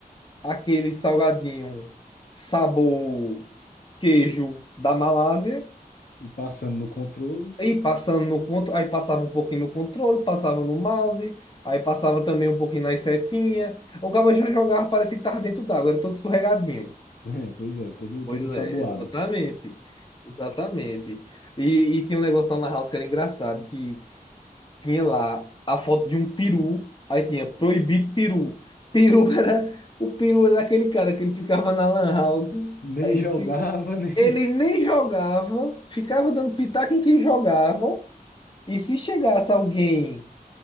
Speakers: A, on the left; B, on the left.
A: aquele salgadinho sabor queijo da Malásia.
B: e passando no controle. <laughs>
A: E passando no controle, aí passava um pouquinho no controle, passava no mouse, aí passava também um pouquinho nas setinhas. O cabo já jogava, parecia que tava dentro d'água, era todo escorregadinho.
B: É, pois é, todo,
A: Pois
B: todo ensaboado.
A: é, exatamente. Exatamente. E, e tinha um negócio lá na House que era engraçado, que tinha lá a foto de um peru, aí tinha proibido peru. Peru <laughs> era, o peru era aquele cara que ele ficava na lan house,
B: Nem
A: aí
B: jogava,
A: ele, fi-
B: <laughs> nem.
A: ele nem jogava, ficava dando pitaco em quem jogava, e se chegasse alguém